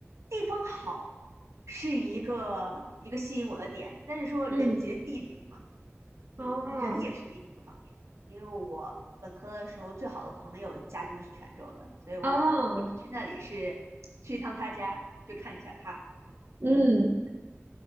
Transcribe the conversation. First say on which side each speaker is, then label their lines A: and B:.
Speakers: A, on the right (about 80°); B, on the right (about 45°).
A: 地方好是一个一个吸引我的点，但是说人杰地灵嘛，
B: 嗯，
A: 就是人也是另一个方面。
B: 哦，
A: 因为我本科的时候最好的朋友家就是泉州的，所以我专门去那里是去一趟他家，
B: 哦，
A: 就看一下他。
B: 嗯，